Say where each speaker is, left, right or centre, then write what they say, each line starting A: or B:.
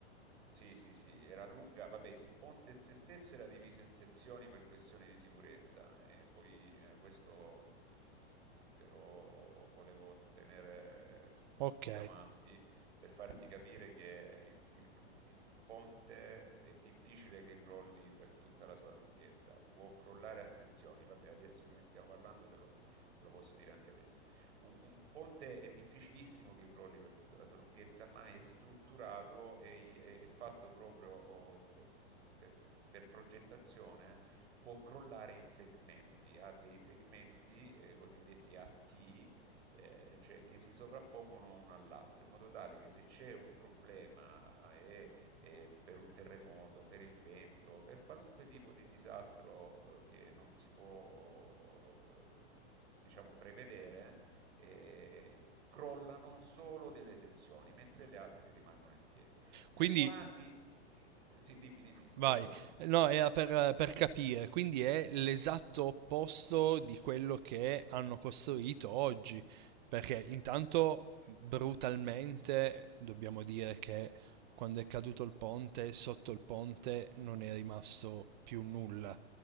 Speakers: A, on the right (about 70°); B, on the right (about 40°).
A: Sì, sì, sì, era lunga, vabbè, il ponte in sé stesso era diviso in sezioni per questioni di sicurezza e poi eh, questo mh, te lo volevo tenere
B: Ok,
A: più avanti per farti capire che il- il- un ponte è difficile che crolli per tutta la sua lunghezza, può crollare a sezioni, vabbè, adesso che ne stiamo parlando te lo te lo posso dire anche adesso un, un ponte è difficilissimo che crolli per tutta la sua lunghezza, ma è strutturato e è, è fatto proprio oh, per, per- per progettazione, può crollare in segmenti, ha dei segmenti eh, cosiddetti a T, eh, cioè che si sovrappongono uno all'altro, in modo tale che se c'è un problema eh, eh, per un terremoto, per il vento, per qualunque tipo di disastro eh, che non si può, eh, diciamo, prevedere, eh, crollano solo delle sezioni, mentre le altre rimangono in piedi. Nel
B: quindi
A: Morandi, eh, eh, sì, dimmi, dimmi,
B: vai.
A: perdonami.
B: No, era per, per capire, quindi è l'esatto opposto di quello che hanno costruito oggi, perché intanto brutalmente dobbiamo dire che quando è caduto il ponte, sotto il ponte non è rimasto più nulla